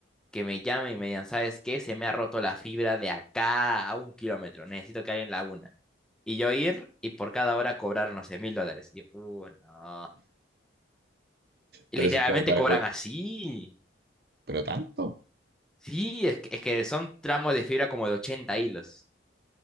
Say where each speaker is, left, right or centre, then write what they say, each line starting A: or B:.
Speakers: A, in the centre; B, on the right.
A: que me llamen y me digan, ¿sabes qué? Se me ha roto la fibra de acá a un kilómetro, necesito que alguien la una. Y yo ir y por cada hora cobrar, no sé, mil dólares. Y yo, "Uh, no. Y
B: pero
A: literalmente
B: eso es como para,
A: cobran
B: co-
A: así.
B: pero tanto,
A: Sí, es que, es que son tramos de fibra como de 80 hilos.